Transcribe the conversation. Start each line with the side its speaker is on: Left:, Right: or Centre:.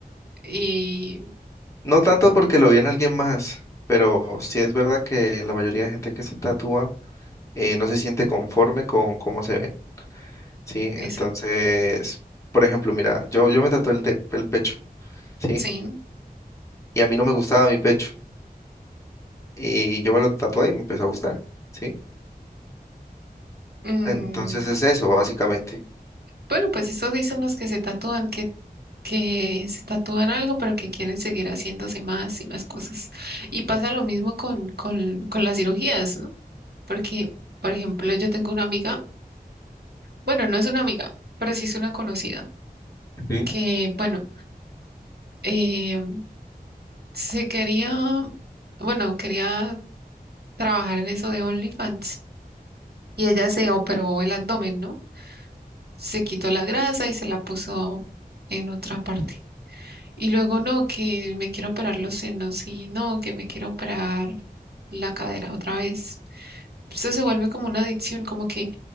Right: Y
Left: No tanto porque lo en alguien más, pero sí es verdad que la mayoría de gente que se tatúa eh, no se siente conforme con cómo se ven, ¿sí? Entonces,
Right: esa,
Left: por ejemplo, mira, yo, yo me tatué el, te- el pecho, ¿sí?
Right: sí.
Left: Y a mí no me gustaba mi pecho, y yo me lo tatué y me empezó a gustar, ¿sí?
Right: Mm,
Left: Entonces es eso, básicamente.
Right: bueno, pues eso dicen los que se tatúan, que que se tatúan algo, pero que quieren seguir haciéndose más y más cosas. Y pasa lo mismo con, con, con las cirugías, ¿no? Porque, por ejemplo, yo tengo una amiga, bueno, no es una amiga, pero sí es una conocida,
Left: Sí.
Right: que, bueno, eh, se quería, bueno, quería trabajar en eso de OnlyFans y ella se operó el abdomen, ¿no? Se quitó la grasa y se la puso en otra parte. Y luego no, que me quiero operar los senos y no, que me quiero operar la cadera otra vez. Esto se vuelve como una adicción, como que